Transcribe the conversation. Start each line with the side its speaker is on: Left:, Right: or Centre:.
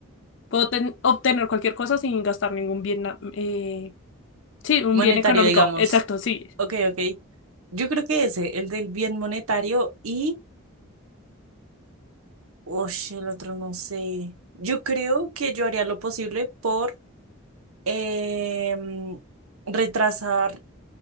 Left: Puedo ten- obtener cualquier cosa sin gastar ningún bien, na- eh, sí, un
Right: monetario,
Left: bien económico.
Right: digamos.
Left: Exacto, sí,
Right: Ok, ok. Yo creo que ese, el del bien monetario y... oye el otro no sé. Yo creo que yo haría lo posible por em, retrasar